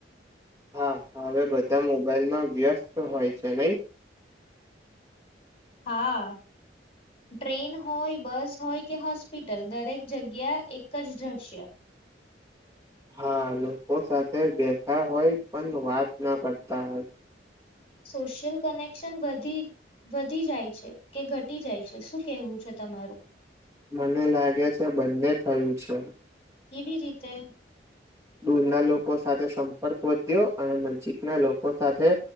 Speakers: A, on the right (about 15°); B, on the left (about 35°).
A: <inaudible> હવે બધા મોબાઈલમાં વ્યસ્ત તો હોય છે નહી
B: હા ટ્રેન હોય બસ હોય કે હોસ્પિટલ દરેક જગ્યા એક જ જશે
A: હા લોકો સાથે બેઠા હોય પણ વાત ના કરતા હોય.
B: સોશિયલ કનેક્શની વધી જાય છે કે ઘટી જાય છે શું કેહેવું છે તમારું.
A: મને લાગે છે બંને થયું છે.
B: કેવી રીતે.
A: દૂરના લોકો સાથે સંપર્ક વધ્યો અને નજીકના લોકો સાથે